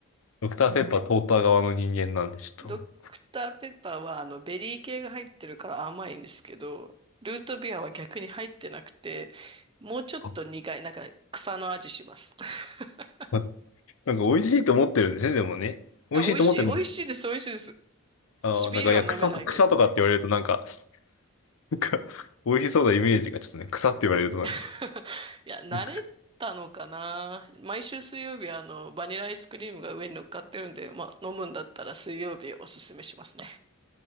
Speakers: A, on the left (about 70°); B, on the right (about 25°).
A: ドクターペッパー淘汰側の人間なんで、ちょっと。
B: ドクターペッパーはあのベリー系が入ってるから甘いんですけど、ルートビアは逆に入ってなくて、もうちょっと苦い、
A: あ、
B: なんか草の味します。<laughs>
A: まなんか美味しいと思ってるんですね、でもね。美味しいと思ってるんで。
B: いや、美味しい、美味しいです、美味しいです。
A: ああ、
B: 私ビールは飲めないけど。
A: なんか、いや、草と、草とかって言われるとなんか、なんか、<laughs> 美味しそうなイメージがちょっとね、草って言われるとなんか、
B: <laughs> いや、慣れたのかな。
A: <laughs>
B: 毎週水曜日はあのバニラアイスクリームが上に乗っかってるんで、まあ飲むんだったら水曜日おすすめしますね。